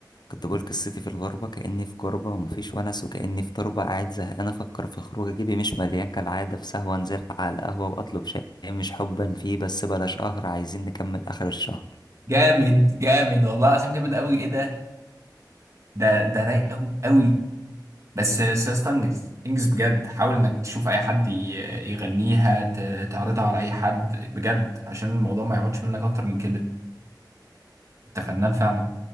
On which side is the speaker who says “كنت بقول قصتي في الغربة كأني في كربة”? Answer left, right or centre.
Left